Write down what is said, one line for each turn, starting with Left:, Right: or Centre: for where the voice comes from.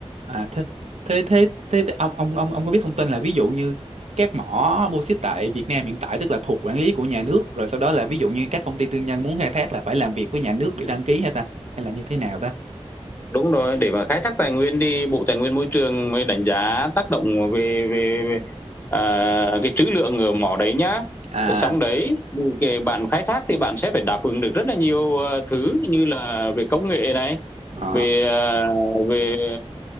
Right: À thế thế thế thế, thế ông ông ông ông có biết thông tin là ví dụ như các mỏ bô xít tại Việt Nam hiện tại tức là thuộc quản lý của nhà nước rồi sau đó là ví dụ như các công ty tư nhân muốn khai thác là phải làm việc với nhà nước để đăng ký hay ta hay là như thế nào ta?
Left: Đúng rồi, để mà khai thác tài nguyên thì Bộ Tài nguyên Môi trường mới đánh giá tác động về về, về à, cái trữ lượng ở mỏ đấy nhá.
Right: À
Left: Xong đấy, cái bạn khai thác thì bạn sẽ phải đáp ứng được rất là nhiều ờ, thứ như là về công nghệ này,
Right: ờ
Left: về ờ, về